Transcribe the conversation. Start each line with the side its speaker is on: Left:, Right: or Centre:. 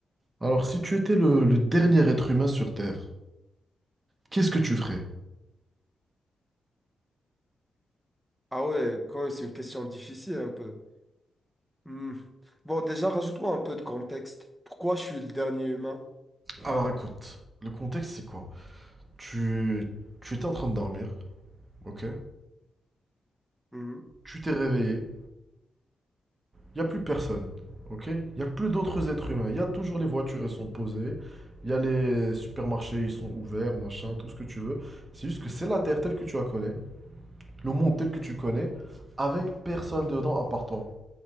Right: Alors, si tu étais le, le dernier être humain sur Terre, qu'est-ce que tu ferais?
Centre: Ah ouais, quand même, c'est une question difficile un peu. Hmm. Bon, déjà, rajoute-moi un peu de contexte. Pourquoi je suis le dernier humain?
Right: Alors, écoute, le contexte c'est quoi? Tu, tu étais en train de dormir, ok?
Centre: Mhm.
Right: Tu t'es réveillé, Il n'y a plus personne. OK? Il n'y a plus d'autres êtres humains. Il y a toujours les voitures, elles sont posées. Il y a les supermarchés, ils sont ouverts, machin, tout ce que tu veux. C'est juste que c'est la Terre telle que tu la connais, le monde tel que tu le connais, avec personne dedans à part toi.